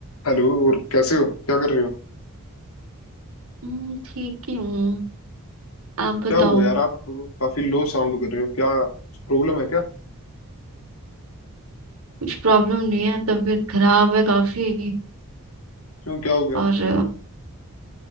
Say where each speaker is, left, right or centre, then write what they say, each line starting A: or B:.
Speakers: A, on the left; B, on the right.
A: हेलो और कैसे हो क्या कर रहे हो
B: हम्म, ठीक ही हूँ आप बताओ
A: क्या हुआ यार आप काफी लो साउंड कर रहे हो क्या प्रॉब्लम है क्या
B: कुछ प्रॉब्लम नहीं है तबीयत खराब है काफी
A: क्यों क्या हो गया
B: और